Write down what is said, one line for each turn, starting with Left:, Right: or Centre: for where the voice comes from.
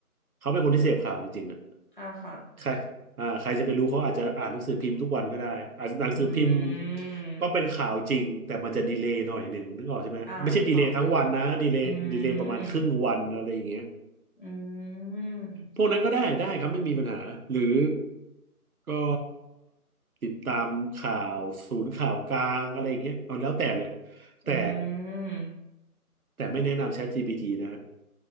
Right: เขาเป็นคนที่เสพข่าวจริงๆอ่ะ
Left: อ่าค่ะ
Right: ใครอ่าใครจะไปรู้เขาอาจจะอ่านหนังสือพิมพ์ทุกวันก็ได้อาจจะหนังสือพิมพ์
Left: อืม
Right: ก็เป็นข่าวจริงแต่มันจะดีเลย์หน่อยหนึ่งนึกออกใช่ไหมไม่ใช่ดีเลย์ทั้งวันนะดีเลย์ดีเลย์ประมาณครึ่งวันอะไรอย่างเงี้ย
Left: อ่านึกออกนึกออกอืมอืม
Right: พวกนั้นก็ได้ได้ครับไม่มีปัญหาหรือ ก็ติดตามข่าวศูนย์ข่าวกลางอะไรอย่างเงี้ยเอาแล้วแต่เลยแต่
Left: อืม
Right: แต่ไม่แนะนำ ChatGPT นะฮะ